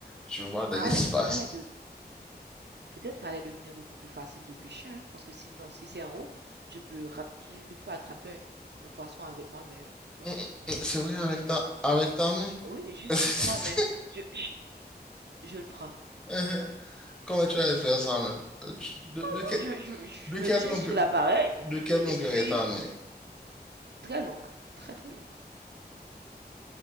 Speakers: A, in the centre; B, on the right.
A: tu vois, dans
B: Ça
A: l'espace.
B: allait, ça allait de, Peut-être ça allait devenir beaucoup plus facile de pêcher, hein, parce que sinon, si c'est en haut, je peux ra je peux attraper un un poisson avec ma main, hein, tu vois?
A: Hum, hum, hum, C'est vrai,
B: Je
A: avec
B: le prends.
A: ta, avec ta main.
B: Oui, juste,
A: <laughs>
B: juste ma main. Je, je, je le prends.
A: Uh-huh. Comment tu allais faire ça même? Euh, Tu- De,
B: Oh
A: de,
B: non,
A: que-
B: je, je, je
A: de
B: me
A: quelle
B: tiens
A: longueur,
B: sur l'appareil,
A: de quelle longueur
B: et puis,
A: est ta main?
B: très longue, très très longue.